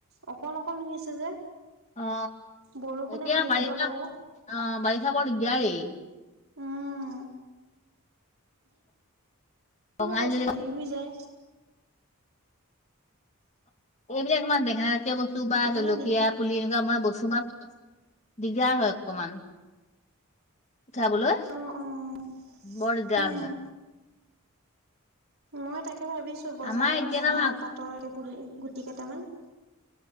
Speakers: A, on the right; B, on the left.
A: অক অক নি আছে যে।
B: অ
A: বৰষুণে
B: এতিয়া
A: মাৰি
B: বাৰিষা
A: পেলাব আকৌ।
B: অ বাৰিষা বৰ দিদাৰি।
A: উম, <unintelligible>
B: বঙালী
A: গছ
B: জলকীয়া
A: হেৰি হৈ যায়।
B: এইবিলাক তোমাৰ বেঙা জাতীয় বস্তু
A: সেইটো
B: বা
A: কাৰণে
B: জলকীয়া
A: দিগদাৰ।
B: পুলি এনেকুৱা আমাৰ বস্তু মা দিগদাৰ হয় অকমান। উঠাবলৈ
A: অ', অ',
B: বৰ দিগদাৰ
A: উম।
B: হয়।
A: মই তাকে ভাবিছোঁ বজাৰৰ
B: আমাৰ এতিয়া
A: পৰা টেঙা
B: ন অ'
A: পাটৰ পুলি গুটি কেইটামান।